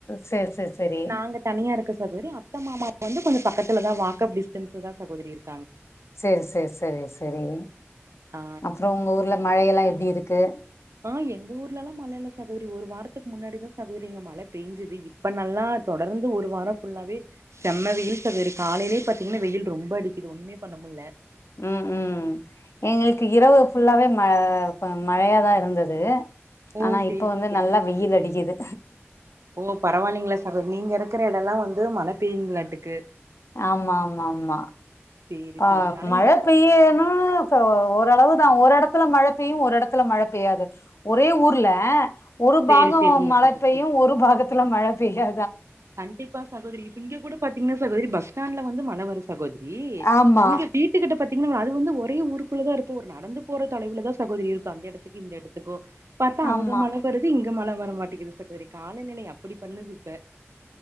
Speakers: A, on the left; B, on the right.
A: சேரி சேரி சேரி
B: நாங்க தனியா இருக்க சகோதரி அத்த மாமாக்கு வந்து கொஞ்ச பக்கத்துலதா வாக்கப் டிஸ்டன்ஸ்லதா சகோதரி இருக்
A: சேர் சேர் செரி செரி
B: ஆ
A: அப்றோ உங்க ஊர்ல மழயெல்லா எப்டி இருக்கு
B: ஆஹ் எங்க ஊர்லல்லா மழ இல்ல சகோதரி ஒரு வாரத்துக்கு முன்னாடிதா சகோதரி இங்க மழ பெய்ஞ்சுது இப்ப நல்லா தொடர்ந்து ஒரு வாரொ ஃபுல்லாவே செம்ம வெயில் சகோதரி காலைலே பாத்தீங்கன்னா வெயில் ரொம்ப அடிக்குது ஒன்னுமே பண்ணமுல்ல
A: உம் ம் எங்களுக்கு இரவு ஃபுல்லாவே ம ப மழயாதா இருந்தது
B: ஓ
A: ஆனா
B: சேரிங்
A: இப்ப வந்து
B: சேரிங்க
A: நல்லா
B: சகோதரி
A: வெயில் அடிக்குது
B: ஓ பரவாயில்லைங்கள சகோதரி நீங்க ருக் க்கிற எடோல்லா வந்து மழ பெயுங்களாட்டுக்கு
A: ஆமாம்மாம்மா
B: சேரி
A: ஆஹ்
B: சேரிங்க ஆனா
A: மழ
B: இங்
A: பெய்யனு இப்ப ஓரளவு தா ஒரெடத்துல மழ பெய்யு ஒரெடத்துல மழ பெய்யாது ஒரே ஊர்ல ஒரு
B: சேரி
A: பாகோ
B: சேரிங்க
A: மழ
B: சகோதரி
A: பெய்யு ஒரு பாகத்துல மழ பெய்யா
B: கண்டிப்பா சகோதரி இப்ப இங்க கூட பாத்தீங்னா சகோதரி பஸ் டாண்ட்ல வந்து மழ வருது சகோதரி
A: ஆமா
B: இங்க வீட்டுக்கிட்ட பாத்தீங்னா அதுவு வந்து ஒரே ஊக்குள்ளதா இருப்போ ஒரு நடந்து போற தொலைவுலதா சகோதரி இருக்கு அந்த எடத்துக்கு இந்த எடத்துக்கு பாத்தா அங்க
A: ஆமா
B: மழ வருது இங்க மழ வ ர மாட்டிக்குது சகோதரி காலநிலை அப்பிடி பண்ணுது இப்ப